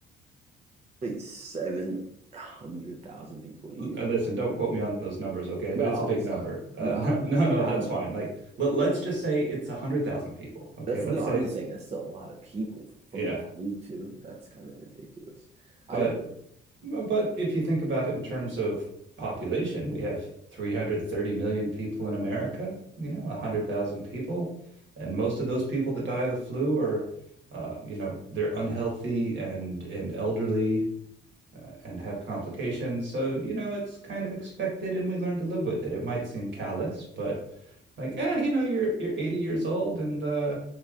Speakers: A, on the right (about 30°); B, on the right (about 65°).
A: Wait, 700,000 people a year.
B: uh, Listen, don't quote me on those numbers, okay?
A: No,
B: But it's
A: oh,
B: a big
A: sorry.
B: number. Uh,
A: No, I'm
B: <laughs> no,
A: just
B: no,
A: saying,
B: no,
A: I'm
B: that's
A: just,
B: fine. Like, let, let's just say it's a hundred thousand people,
A: <laughs>
B: okay?
A: that's
B: Let's
A: no, I'm
B: say,
A: just saying that's still a lot of people f- from
B: yeah.
A: the flu too. That's kind of ridiculous. I
B: But,
A: didn't,
B: but if you think about it in terms of population, we have 330 million people in America. You know, a hundred thousand people, and most of those people that die of the flu are, uh, you know, they're unhealthy and and elderly uh, and have complications. So, you know, it's kind of expected and we learn to live with it. It might seem callous, but like, ah, you know, you're you're 80 years old and uh